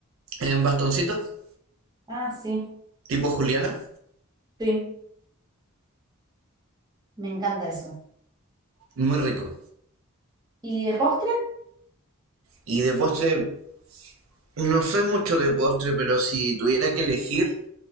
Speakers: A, on the right (about 70°); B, on the right (about 20°).
A: En bastoncitos,
B: Ah, sí,
A: tipo juliana,
B: sí, me encanta eso.
A: muy rico.
B: ¿Y de postre?
A: Y de postre, no soy mucho de postre, pero si tuviera que elegir,